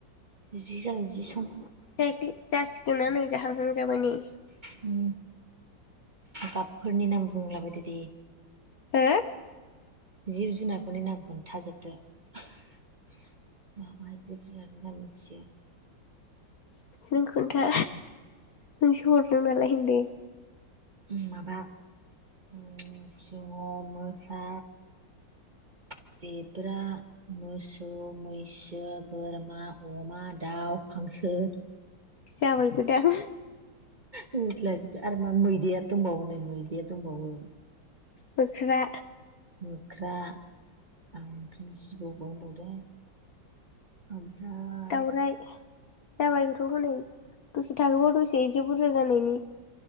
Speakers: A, on the right; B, on the left.
A: जि जाबाय जि सम।
B: जायखै जासिगोनानो जाहांहां जाबाय नै।
A: उम। गाबफोरनि नाम बुंला बायदो दे।
B: हो
A: जिब जुनारफोरनि नाम खोनथाजोबदो। मा मा जिब जुनारफोरनि नाम मिथियो।
B: नों खोन्था, नोंसो हरदों नालाय होनदो।
A: उम माबा सिंह, मोसा जेब्रा मोसौ, मैसो, बोरमा, अमा, दाउ, हांसो
B: जाबायबो दां।
A: होदला जोब्बाय आरो मा मैदेर दंबावो नै मैदेर दंबावो।
B: मोख्रा।
A: मोख्रा ओमफ्राय जिबौ बावबावदों। ओमफ्राय
B: दाउराय जाबायबोथ' हनै। दसे थाहोबाव दसे एसे बुरजा जानायनि।